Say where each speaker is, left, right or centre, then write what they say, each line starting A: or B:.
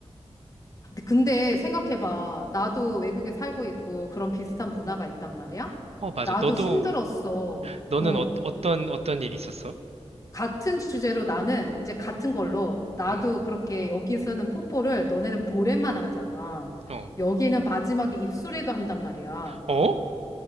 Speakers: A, on the left; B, on the right.
A: 근데 생각해봐. 나도 외국에 살고 있고 그런 비슷한 문화가 있단 말이야.
B: 어 맞아.
A: 나도
B: 너도
A: 힘들었어.
B: 너는
A: 어.
B: 어, 어떤 어떤 일이 있었어?
A: 같은 주제로 나는 이제 같은 걸로 나도
B: 응.
A: 그렇게 여기서는 뽀뽀를 너네는 볼에만 하잖아.
B: 어.
A: 여기는 마지막에 입술에도 한단 말이야.
B: 어?